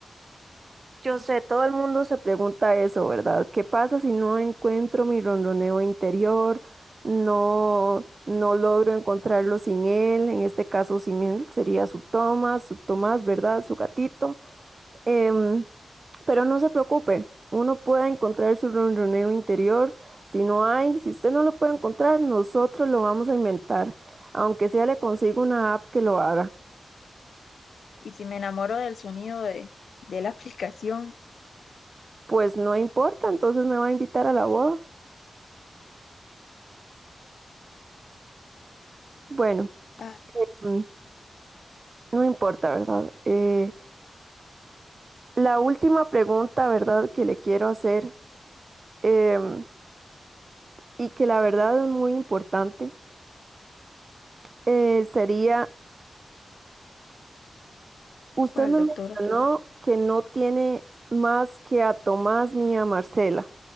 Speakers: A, on the right; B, on the left.
A: Yo sé, todo el mundo se pregunta eso, ¿verdad? ¿Qué pasa si no encuentro mi ronroneo interior? No, no logro encontrarlo sin él, en este caso sin él sería su Tomás, su Tomás, ¿verdad? Su gatito. Em, pero no se preocupe, uno puede encontrar su ronroneo interior. Si no hay, si usted no lo puede encontrar, nosotros lo vamos a inventar. Aunque sea le consigo una app que lo haga.
B: Y si me enamoro del sonido de, de la <laughs> aplicación.
A: Pues no importa, entonces me va a invitar a la boda. Bueno,
B: Ah,
A: mm, no importa, ¿verdad? Eh, la última pregunta, ¿verdad?, que le quiero hacer, em, y que la verdad es muy importante, eh, sería Usted
B: ¿cuál,
A: me
B: doctora?
A: mencionó que no tiene más que a Tomás ni a Marcela,